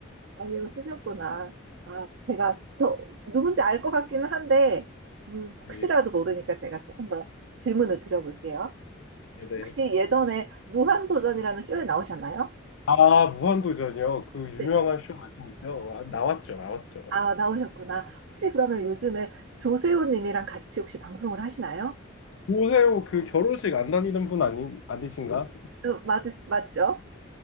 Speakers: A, on the right; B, on the left.
A: 안경을 쓰셨구나. 아, 제가 저 누군지 알 것 같기는 한데, 음, 혹시라도
B: 네.
A: 모르니까 제가 조금 더 질문을 드려볼게요.
B: 네네.
A: 혹시 예전에 무한도전이라는 쇼에 나오셨나요?
B: 아, 무한도전이요. 그 유명한
A: 네.
B: 쇼 말씀이죠. 아, 나왔죠, 나왔죠.
A: 아, 나오셨구나. 혹시 그러면
B: 음,
A: 요즘에 조세호님이랑 같이 혹시 방송을 하시나요?
B: 오세호 그 결혼식 안 다니는 분 아니, 아니신가?
A: 어, 맞, 맞죠?